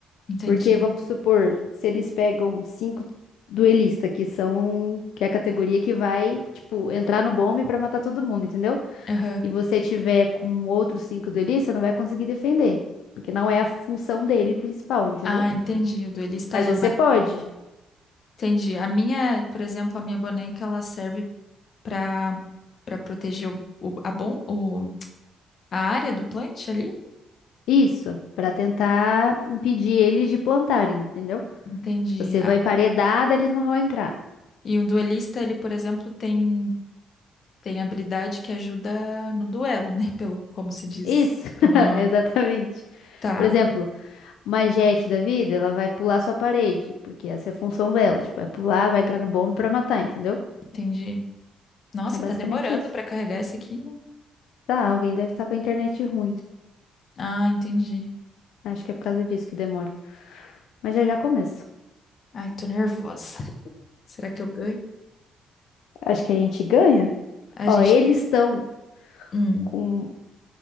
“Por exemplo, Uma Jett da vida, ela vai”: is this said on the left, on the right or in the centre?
Left